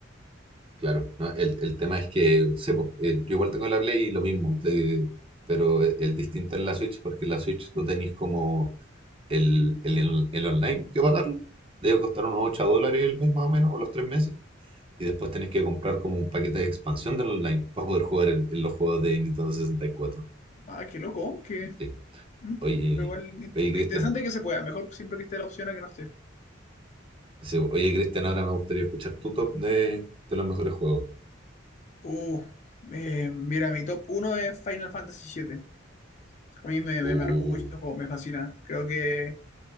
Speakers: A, on the right; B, on the left.
A: Claro, ¿no? El, el tema es que, sepo, eh, yo igual tengo la Play y lo mismo, te- pero e- el distinto en la Switch, porque en la Switch tú tenés como El, el, el- el online que pagarlo debe costar unos 8 dólares el mes más o menos, o los 3 meses. Y después tenés que comprar como un paquete de expansión del online para poder jugar el- en los juegos de Nintendo sesenta y cuatro
B: Ah, qué loco, qué.
A: Sí.
B: Mm,
A: Oye,
B: Pero igual int-
A: oye, Cristian.
B: interesante que se pueda, mejor siempre que esté la opción a que no esté.
A: Sí, oye, Cristian, ahora me gustaría escuchar tu top de, de los mejores juegos.
B: Uh, eh, mira, mi top uno es Final Fantasy siete A mí me, me
A: Uh,
B: marcó mucho este juego, me fascina. Creo que